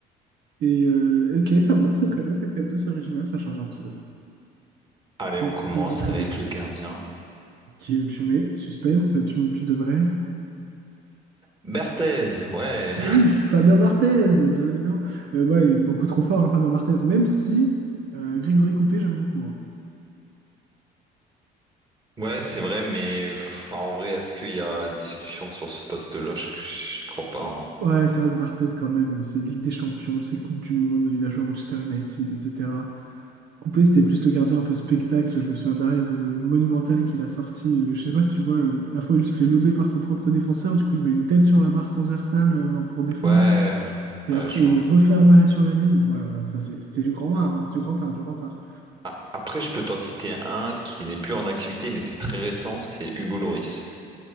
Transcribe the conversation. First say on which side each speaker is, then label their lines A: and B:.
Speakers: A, on the right (about 65°); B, on the right (about 25°).
A: Et euh, ok, ça me va, c'est très bien. Quatre quatre deux, c'est original, ça change un petit peu.
B: Allez,
A: Ça,
B: on
A: me
B: commence
A: ça me va très
B: avec
A: bien.
B: le gardien.
A: Qui, tu mets suspense, tu, me- tu donnerais?
B: Berthez, ouais.
A: Et oui, Fabien Barthez, bien évidemment. Euh, ouais, il est beaucoup trop fort, hein, Fabien Barthez, même si euh, Grégory Coupé, j'aime beaucoup. hein.
B: Ouais, c'est vrai, mais pff, en vrai, est-ce qu'il y a discussion sur ce poste-là? Je, je crois pas. hein.
A: Ouais, c'est vrai que Barthez, quand même, c'est Ligue des Champions, c'est Coupe du Monde, il a joué à Manchester United, etc. Coupé, c'était plus le gardien un peu spectacle. Je me souviens d'arrêt de Monumental qu'il a sorti. euh, je sais pas si tu vois, euh, la fois où il se fait lober par son propre défenseur, du coup, il met une tête sur la barre transversale euh, pour défendre,
B: Ouais,
A: et après,
B: ouais, je
A: il
B: vois.
A: refait un arrêt sur la ligne. Oh là là, ça, c'est- c'était du grand art, hein, c'est du grand art, du grand art.
B: Ah, après, je peux t'en citer un qui n'est plus en activité, mais c'est très récent, c'est Hugo Loris.